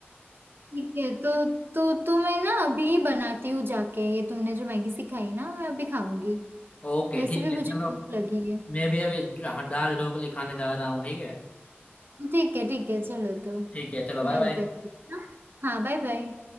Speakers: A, on the right; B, on the left.
A: ठीक है तो तो तो मैं ना अभी बनाती हूँ जाके ये तुमने जो मैगी सिखाई ना मैं अभी खाऊंगी
B: <laughs> ओके
A: वैसे
B: ठीक
A: भी
B: है
A: मुझे
B: चलो
A: भूख लगी है
B: मैं भी अभी हाँ, दाल ढोकली खाने जा रहा हूँ ठीक है
A: ठीक है ठीक है चलो तो
B: ठीक है चलो बाय
A: मिलते
B: बाय
A: हैं हाँ बाय बाय